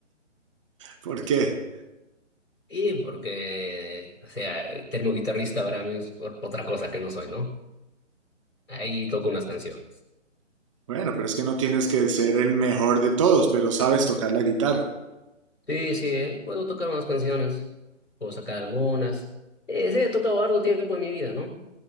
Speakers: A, on the right; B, on the left.
A: ¿Por qué?
B: Y porque, o sea, termo guitarrista para mí es o- otra cosa que no soy, ¿no? Ahí toco unas canciones.
A: Bueno, pero es que no tienes que ser el mejor de todos, pero sabes tocar la guitarra.
B: Sí, sí, eh, puedo tocar unas canciones, puedo sacar algunas. Eh, sí, he tocado harto tiempo en mi vida, ¿no?